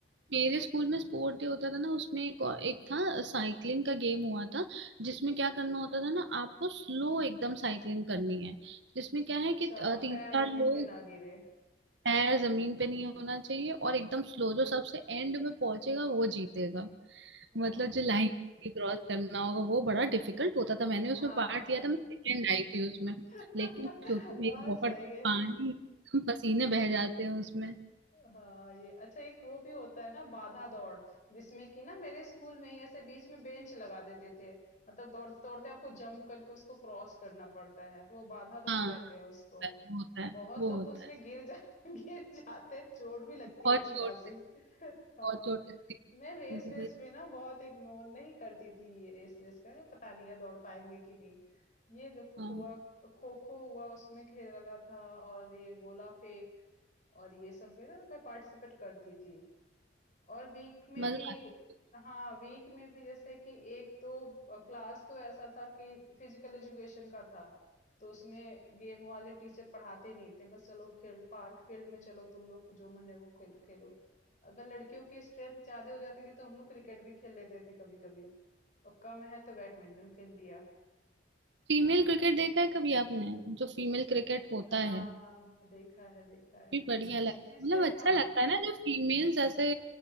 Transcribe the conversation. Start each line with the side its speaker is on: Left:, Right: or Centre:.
Right: मेरे स्कूल में स्पोर्ट डे होता था ना उसमें एक, एक था साइकिलिंग का गेम हुआ था जिसमें क्या करना होता था ना आपको स्लो एकदम साइकिलिंग करनी है जिसमें क्या
Left: अच्छा
Right: है कि अ, तीन
Left: पैर
Right: चार
Left: जमीन
Right: लोग
Left: पे ना गिरे
Right: पैर जमीन पे नहीं होना चाहिए और एकदम स्लो जो सबसे एंड में पहुंचेगा वो जीतेगा
Left: हाँ
Right: मतलब जो लाइन क्रॉस करना होगा वो बड़ा डिफिकल्ट होता था मैंने उसमें
Left: हाँ
Right: पार्ट
Left: हाँ
Right: लिया था मैं सेकेंड आई थी उसमें
Left: <laughs>
Right: लेकिन क्योंकि मेरी
Left: हाँ
Right: बहुत
Left: सही है
Right: पानी पसीने बह जाते हैं उसमें
Left: हाँ ये अच्छा एक वो भी होता है ना बाधा दौड़ जिसमें कि ना मेरे स्कूल में ही ऐसे बीच में बेंच लगा देते थे मतलब दौड़ते दौड़ते आपको जंप करके उसको क्रॉस करना पड़ता है तो वो बाधा दौड़
Right: हाँ
Left: कहते हैं उसको
Right: होता है, वो होता
Left: तो
Right: है
Left: बहुत
Right: वो
Left: लोग
Right: होता
Left: तो उसमें
Right: है
Left: गिर जा <laughs> गिर जाते हैं चोट भी लगती है
Right: और
Left: अच्छी
Right: चोट
Left: खासी
Right: लगती-
Left: हाँ
Right: और चोट लगती
Left: मैं रेस
Right: है तो
Left: वेस
Right: भाई
Left: भी ना बहुत इग्नोर नहीं करती थी ये रेस वेस का ना पता नहीं है दौड़ पाएंगे कि नहीं ये जो
Right: हाँ
Left: हुआ खो खो हुआ उसमें खेला था और ये गोला फेंक और ये सब में ना मैं पार्टिसिपेट करती थी और वीक में
Right: मजा
Left: भी
Right: आता है
Left: हाँ वीक में भी जैसे कि एक तो क्लास तो ऐसा था कि फिजिकल एजुकेशन का था तो उसमें गेम वाले टीचर पढ़ाते नहीं थे बस चलो फील्ड पार्क फील्ड में चलो तुम लोग जो मन है वो खेल खेलो अगर लड़कियों की स्ट्रेंथ ज्यादा हो जाती थी तो हम लोग क्रिकेट भी खेल लेते थे कभी कभी और कम है तो बैडमिंटन खेल लिया
Right: फीमेल क्रिकेट देखा है कभी आपने जो फीमेल क्रिकेट होता
Left: हाँ
Right: है
Left: हाँ हाँ देखा है देखा है
Right: भी बढ़िया
Left: उसमें
Right: लगता है मतलब
Left: से
Right: अच्छा
Left: हाँ
Right: लगता है ना जब फीमेल्स ऐसे